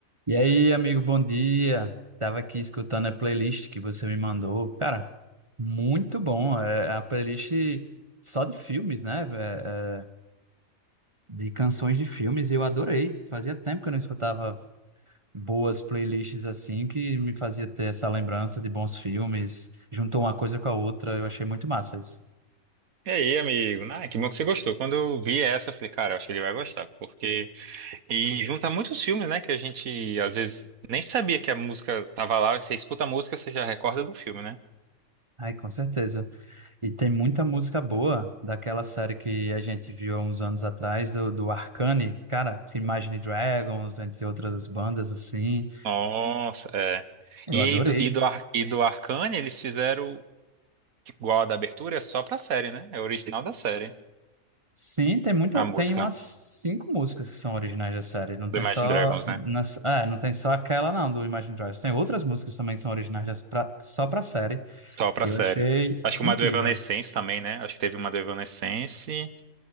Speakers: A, on the right; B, on the right.
A: E aí, amigo, bom dia. Tava aqui escutando a playlist que você me mandou. Cara, muito bom. É é a playlist só de filmes, né? É, é, de canções de filmes. e Eu adorei. Fazia tempo que eu não escutava boas playlists assim, que me fazia ter essa lembrança de bons filmes. Juntou uma coisa com a outra. Eu achei muito massa isso.
B: E aí, amigo? Ah, que bom que você gostou. Quando eu vi essa, eu falei, cara, eu acho que ele vai gostar, porque... E junta muitos filmes, né, que a gente, às vezes, nem sabia que a música tava lá. Você escuta a música, você já recorda do filme, né?
A: Ai, com certeza. E tem muita música boa daquela série que a gente viu há uns anos atrás, do, do Arcane, cara, Imagine Dragons, entre outras bandas assim.
B: Nossa, é.
A: Eu
B: E, aí
A: adorei.
B: do, e, do, Ar- e do Arcane, eles fizeram igual a da abertura, é só pra série, né? É original da série,
A: Sim, tem muita,
B: a música
A: tem umas cinco músicas que são originais da série. Não
B: do
A: tem
B: Imagine
A: só,
B: Dragons,
A: nas,
B: né?
A: é, não tem só aquela não do Imagine Dragons. Tem outras músicas também que são originais das, pra, só pra série.
B: Só pra
A: E eu
B: série.
A: achei
B: Acho que
A: incrível.
B: uma do Evanescence também, né? Acho que teve uma do Evanescence.